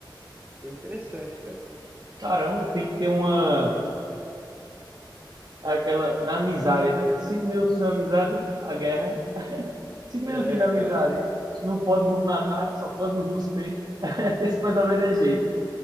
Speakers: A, on the right; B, on the right.
A: Bem interessante, cara.
B: Caramba, tem que ter uma aquela na amizade, né? Cinco minutos na amizade, a guerra. Cinco minutinhos
A: É,
B: na amizade.
A: cara.
B: Não pode burro na cara, só pode burro nos peitos. <laughs> Esse mais ou menos é jeito.